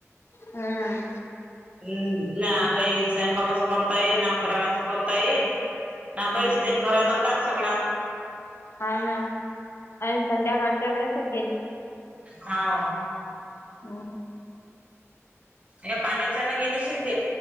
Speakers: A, on the left; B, on the right.
A: हम्म.
B: हम्म ना आता ही स्वयंपाकाचं करताय ना फराळाचं करतायई. काहीच
A: हम्म
B: नाही घरात अंधार सगळा.
A: हा ना ऐन संध्याकाळच्या वेळेसचं गेली.
B: हा
A: हम्म.
B: या पाण्याच्याना गेली <unintelligible>